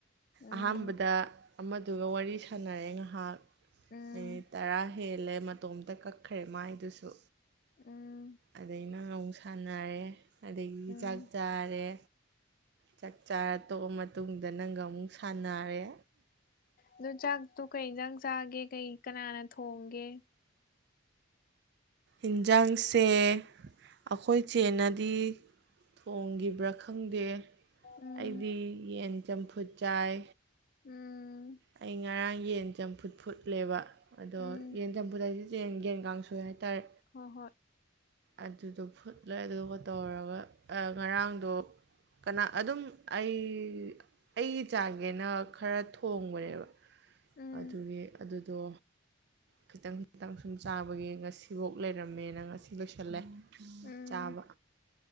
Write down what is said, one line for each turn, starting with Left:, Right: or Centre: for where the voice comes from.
Left: ꯎꯝ
Right: ꯑꯍꯥꯟꯕꯗ ꯑꯃꯗꯨꯒ ꯋꯥꯔꯤ ꯁꯥꯟꯅꯔꯦ ꯉꯥꯍꯥꯛ
Left: ꯎꯝ
Right: ꯃꯤꯅꯤꯠ ꯇꯔꯥ ꯍꯦꯜꯂꯦ ꯃꯇꯣꯝꯇ ꯀꯛꯈ꯭ꯔꯦ ꯃꯥꯏꯗꯨꯁꯨ
Left: ꯎꯝ
Right: ꯑꯗꯩ ꯅꯪꯉꯃꯨꯛ ꯁꯥꯟꯅꯔꯦ ꯑꯗꯒꯤ
Left: ꯎꯝ
Right: ꯆꯥꯛ ꯆꯥꯔꯦ ꯆꯥꯛ ꯆꯥꯔ ꯇꯣꯛꯑ ꯃꯇꯨꯡꯗ ꯅꯪꯒ ꯑꯃꯨꯛ ꯁꯥꯟꯅꯔꯦ
Left: ꯑꯗꯨ ꯆꯥꯛꯇꯨ ꯀꯩꯖꯥꯡ ꯆꯥꯒꯦ ꯀꯩ ꯀꯅꯥꯅ ꯊꯣꯡꯒꯦ
Right: ꯏꯟꯖꯥꯡꯁꯦ ꯑꯩꯈꯣꯏ ꯆꯦꯅꯗꯤ ꯊꯣꯡꯒꯤꯕ꯭ꯔꯥ ꯈꯪꯗꯦ
Left: ꯎꯝ
Right: ꯑꯩꯗꯤ ꯌꯦꯟ ꯆꯝꯐꯨꯠ ꯆꯥꯏ
Left: ꯎꯝ
Right: ꯑꯩ ꯉꯔꯥꯡ ꯌꯦꯟ ꯆꯝꯐꯨꯠ ꯐꯨꯠꯂꯦꯕ ꯑꯗꯣ
Left: ꯎꯝ
Right: ꯌꯦꯟ ꯆꯝꯐꯨꯠ ꯍꯥꯏꯗꯤ ꯌꯦꯟ ꯌꯦꯟ ꯀꯥꯡ ꯁꯣꯏ ꯍꯥꯏꯇꯥꯔꯦ
Left: ꯍꫭ ꯍꫭꯏ
Right: ꯑꯗꯨꯗꯣ ꯐꯨꯠꯂꯦ ꯑꯗꯨꯒ ꯇꯧꯔꯒ ꯉꯔꯥꯡꯗꯣ ꯀꯅꯥ ꯑꯗꯨꯝ ꯑꯩ ꯑꯩꯒꯤ ꯆꯥꯡꯒꯦꯅ ꯈꯔ ꯊꯣꯡꯕꯅꯦꯕ
Left: ꯎꯝ
Right: ꯑꯗꯨꯒꯤ ꯑꯗꯨ ꯑꯗꯣ ꯈꯤꯇꯪ ꯈꯤꯇꯪ ꯁꯨꯝ ꯆꯥꯕꯒꯤ ꯉꯁꯤꯕꯨ ꯂꯩꯔꯝꯃꯦꯅ ꯉꯁꯤ ꯂꯣꯏꯁꯜꯂꯦ
Left: ꯎꯝ
Right: ꯆꯥꯕ